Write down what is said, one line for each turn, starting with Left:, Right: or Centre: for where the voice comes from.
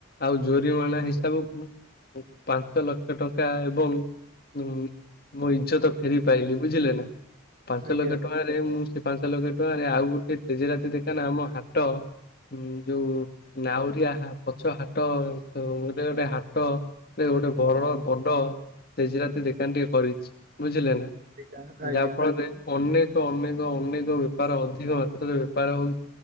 Left: ଆଉ ଜୋରିମାଣା
Right: ଆଜ୍ଞା
Left: ହିସାବକୁ ପାଞ୍ଚ ଲକ୍ଷ ଟଙ୍କା ଏବଂ ଉଁ ମୁଁ ଇଜ୍ଜତ ଫେରି ପାଇଲି ବୁଝିଲେ ନା ପାଞ୍ଚ
Right: ଆଜ୍ଞା
Left: ଲକ୍ଷ ଟଙ୍କା ଆରେ ମୁଁ ସେ ପାଞ୍ଚ ଲକ୍ଷ ଟଙ୍କାରେ ଆଉ ଗୋଟେ ତେଜରାତି ଦୋକନ ଆମ ହାଟ ଉଁ ଯୋଉ ନାଉରିଆ ପଛ ହାଟ ଗୋଟେ ଗୋଟେ ହାଟ ସିଏ ଗୋଟେ ବରଡ ବଡ ତେଜରାତି ଦେକାନ ଟିଏ କରିଛି, ବୁଝିଲେ ନା?
Right: ଆଜ୍ଞା ଆଜ୍ଞା
Left: ଯାହା ଫଳରେ ଅନେକ, ଅନେକ, ଅନେକ ବେପାର ଅଧିକ ମାତ୍ରାରେ ବେପାର ହଉଛି,